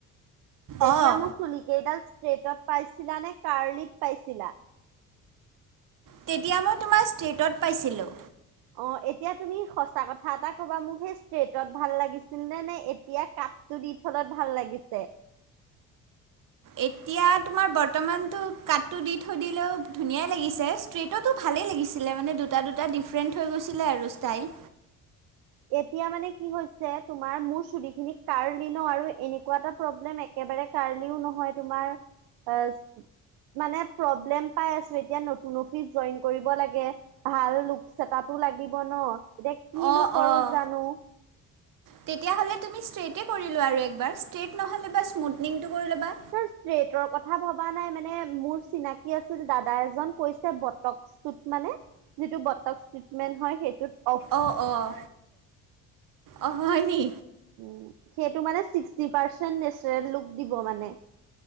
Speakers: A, on the right; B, on the right.
A: তেতিয়া
B: অঁ
A: মোৰ চুলি কেইডাল ষ্ট্ৰেটত পাইছিলা নে? কাৰ্লিত পাইছিলা?
B: তেতিয়া মই তোমাৰ ষ্টেটত পাইছিলোঁ।
A: অ এতিয়া তুমি সঁচা কথা এটা কবা মোক, সেই ষ্ট্ৰেইটত ভাল লাগিছিল নে? নে এতিয়া কা তোৰ দি থলত ভাল লাগিছে।
B: এতিয়া তোমাৰ বৰ্তমানতো কাতটো দি থৈ দিলেও ধুনীয়াই লাগিছে। ষ্ট্ৰেটতো ভালেই লাগিছিলে মানে দুটা দুটা ডিফাৰেণ্ট হৈ গৈছিলে আৰু ষ্টাইল।
A: এতিয়া মানে কি হৈছে, তোমাৰ মোৰ চুলি খিনি কাৰ্লি নহ আৰু এনেকুৱা এটা প্ৰব্লেম এক একেবাৰে কাৰ্লিও নহয় তোমাৰ আহ মানে প্ৰব্লেম পাই আছোঁ। এতিয়া নতুন অফিচ জইন কৰিব লাগে। ভাল লুকচ এটা লাগিব নহ। এতিয়া কিনো
B: অঁ
A: কৰো
B: অঁ
A: জানো।
B: তেতিয়াহলে তুমি ষ্ট্ৰেইটে কৰি লোৱা আৰু একবাৰ ষ্ট্ৰেইট নহলে বা স্মুথিংটো কৰি লবা।
A: ষ্ট্ৰেইটৰ কথা ভবা নাই। মানে মোৰ চিনাকি আছিল দাদা এজন কৈছে বতক চোত মানে যিতো বৰ্তক ইষ্টেট মেন হয়। সেইটো
B: অহ অহ, অহ হয় নি।
A: উম, সেইটো মানে ছিক্সটি পাৰ্চেন্ট নেচাৰেল লুক দিব মানে।